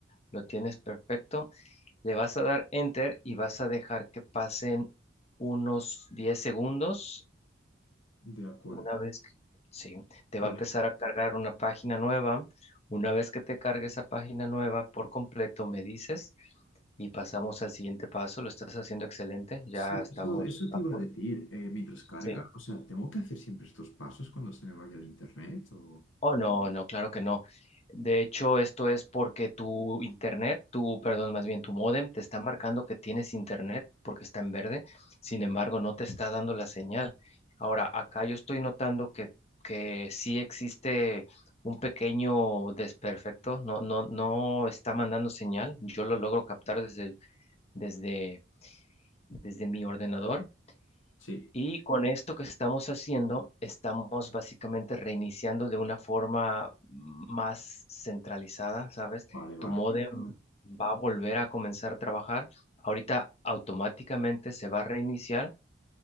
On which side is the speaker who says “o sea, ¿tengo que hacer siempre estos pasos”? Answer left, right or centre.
Left